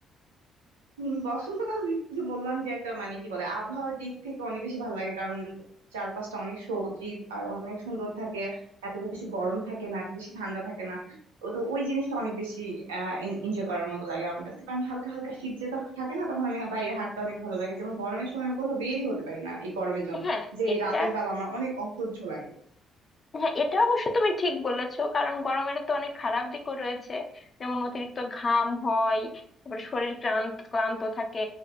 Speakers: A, on the right (about 80°); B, on the left (about 40°).
A: উম, বসন্তকাল ওই যে বললাম যে একটা মানে কি বলে আবহাওয়ার দিক থেকে অনেক বেশি ভালো লাগে কারণ চারপাশটা অনেক সজীব আর অনেক সুন্দর থাকে এত বেশি গরম থাকে না এত বেশি ঠান্ডা থাকে না ও তো ওই জিনিসটা অনেক বেশি এনজয় করার মতো লাগে আমার কাছে কারণ হালকা হালকা শীত যে তখন থাকে না তখন আমি বাইরে হাঁটতে অনেক ভালো লাগে যেমন গরমের সময় আমি কোথাও বেরই হতে পারি না এই গরমের জন্য
B: হ্যাঁ
A: যে এই
B: এটা
A: রাতের বেলা আমার অনেক অসহ্য লাগে
B: হ্যাঁ এটা অবশ্য তুমি ঠিক বলেছো কারণ গরমের তো অনেক খারাপ দিকও রয়েছে যেমন অতিরিক্ত ঘাম হয় তারপর শরীর ক্লান্ত ক্লান্ত থাকে